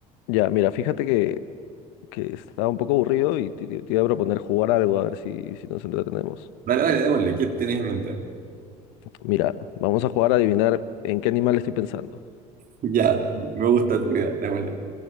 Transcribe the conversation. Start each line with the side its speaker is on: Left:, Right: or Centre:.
Left: Ya, mira, fíjate que, que estaba un poco aburrido y te, te- te iba a proponer jugar algo, a ver si, si nos entretenemos.
Right: Dale, dale, démosle. ¿Qué tenés en mente?
Left: Mira, vamos a jugar a adivinar en qué animal estoy pensando.
Right: Ya, me gusta tu idea, démosle.